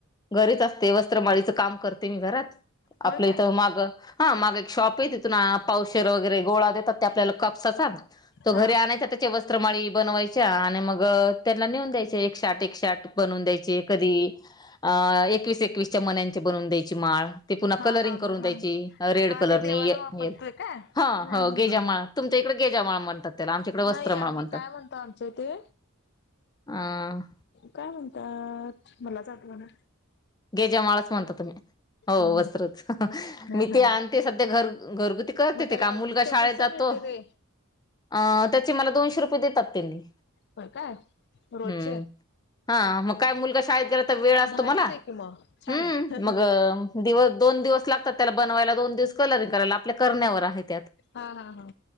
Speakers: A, on the left (about 20°); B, on the left (about 50°).
A: घरीच असते वस्त्रमाळीचं काम, करते मी घरात
B: होय
A: आपलं इथं
B: काय
A: माग, हा माग एक शॉप आहे तिथून, पावशर वगैरे गोळा देतात ते आपल्याला कापसा चा, तो
B: हा
A: घरी आणायचा त्याच्या वस्त्रमाळी बनवायच्या, मग त्यांना नेऊन द्यायच एक शाट एक शाट बनवून द्यायचे, कधी अ एकवीस एकवीसच्या मनाची बनवून द्यायची माळ, ते पुन्हा
B: हा
A: कलरिंग
B: हा
A: करून
B: हा
A: द्यायची,
B: हा
A: रेड
B: हा
A: कलरनी
B: ते देवाला
A: ये
B: वापरतोय काय?
A: ह
B: हम्म
A: हो
B: हम्म
A: गेजामाळ,
B: हम्म
A: तुमच्या इकडे गेजा माळ म्हणात, त्याला आमच्याकडे वत्रमाळ
B: नाही आम्ही
A: म्हणतात,
B: काय म्हणतो आमच्या हेते,
A: ह,
B: काय म्हणतात मलाच आठवणं,
A: गेजामाळाच म्हणता तुम्ही हो
B: ह
A: वस्त्रच, मी
B: ह
A: ते आण ते सध्या घर घरगुती कर
B: मग
A: ते
B: त्याला
A: काम मुलगा शाळेत
B: कसं
A: जातो,
B: मिळते ते
A: अ त्याचे मला दोनशे रुपये देतात त्यांनी,
B: बर काय रोजच?
A: हम्म हा मग काय मुलगा शाळेत गेला तर वेळ असतो
B: भारीच
A: मला,
B: आहे कि मग छान
A: हम्म
B: आहे
A: मग दिवस दोन दिवस लागतात, त्याला बनवायला दोन दिवस कलरिंग करायला आपल्या करण्यावर आहेत.
B: हा हा हा